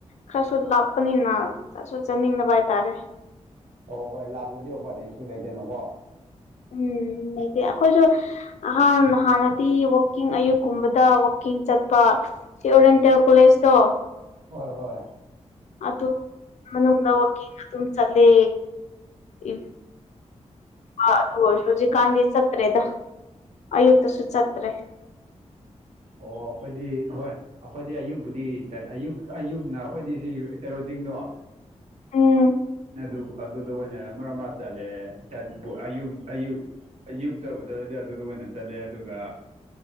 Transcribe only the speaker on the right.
ꯑꯣ ꯍꯣꯏ ꯂꯥꯞꯂꯗꯤ ꯎꯄꯜ ꯂꯩꯁꯨ ꯂꯩꯇꯅꯀꯣ
ꯍꯣꯏ ꯍꯣꯏ
ꯍ ꯑꯣ ꯑꯩꯈꯣꯏꯗꯤ ꯍꯣꯏ ꯑꯩꯈꯣꯏꯗꯤ ꯑꯌꯨꯛꯄꯗꯤ ꯑꯌꯨꯛ ꯑꯌꯨꯛꯅ ꯑꯩꯈꯣꯏꯗꯤ ꯁꯤ ꯆꯦꯔꯣ ꯆꯤꯡꯗꯣ ꯑ
ꯑꯗꯨ ꯑꯗꯨꯗ ꯑꯣꯏꯅ ꯃꯔꯛ ꯃꯔ ꯆꯠꯂꯦ ꯑꯌꯨꯛ ꯑꯌꯨꯛ ꯆꯕ ꯆꯠꯂꯗꯤ ꯑꯗꯨꯗ ꯑꯣꯏꯅ ꯆꯠꯂꯦ ꯑꯗꯨꯒ